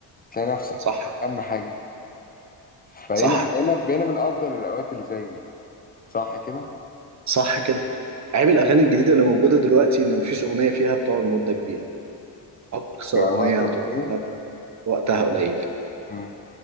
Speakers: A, on the left (about 20°); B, on the right (about 40°).
A: تلاقي نفسك
B: صح
A: اهم حاجه فبقينا
B: صح
A: بقينا بقينا بنقدر الأوقات اللي زي دي صح كده؟
B: صح كده عيب الاغاني الجديده اللي موجوده دلوقتي ان مفيش اغنيه فيها بتقعد مده كبيره أقصى
A: كوقت
B: أغنية
A: أغنية
B: هتقعد لها ده- وقتها قليل
A: مم.